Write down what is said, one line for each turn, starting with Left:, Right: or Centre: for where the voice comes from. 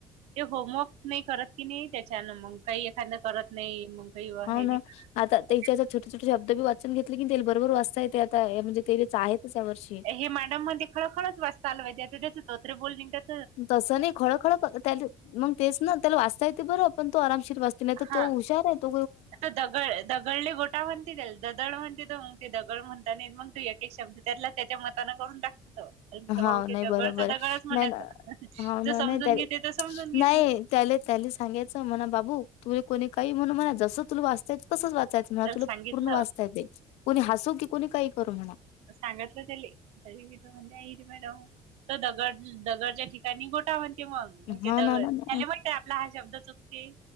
Right: ते होमवर्क नाही करत की नाही त्याच्यान मग काही त्यांना करत नाही मग काही
Left: हा
Right: हे
Left: ना,
Right: नाही करत
Left: आता त्याच्यात छोटे छोटे शब्दबी वाचून घेतले की नाही तेला बरोबर वाचता येत्यात. अ हे म्हणजे तेले आहेचच या वर्षी.
Right: ही मॅडम मध्ये खळखळच वाचता आलं पाहिजे. ज्याचं ज्याचं तोत्र बोलणं येतं
Left: तसं नाही खळखळ त्या मग तेच ना, त्याला वाचता येतंय बरं पण तो आरामशीर वाच नाही तर
Right: हा
Left: तो हुशार आहे तो.
Right: आता दगड आहे, दगडले गोटा म्हणते त्याला ददड म्हणते. तो म्हणतो दगड म्हणता नाही येत. मग तो एक शब्द त्यातला त्याच्या मतान करून टाकतो तो. अ <unintelligible>
Left: हाव नाही
Right: ते
Left: बरोबर
Right: दगड ते
Left: आहे
Right: दगडच म्हणायचा.
Left: नाही ना हाव ना
Right: जो
Left: नाही
Right: समजून
Left: त्या
Right: घेते, तो समजून
Left: नाही
Right: घेती.
Left: त्याले त्याले सांगायचं, म्हणा बाबू तुले कोणी काही म्हणू म्हणा. जस तुला वाचता येतंय, तसच वाच. चाच ना
Right: तर
Left: तुला
Right: सांगितलं
Left: पूर्ण वाचता येतंय, कोणी हसू की कोणी काही करू म्हणा.
Right: सांगितलं त्याले. तरी ण मॅडम दगड दगडच्या ठिकाणी गोटा. मग मग ते
Left: हा ना
Right: दगड
Left: ना
Right: त्याले
Left: ना
Right: माहितीये आपला हा शब्द चुकती.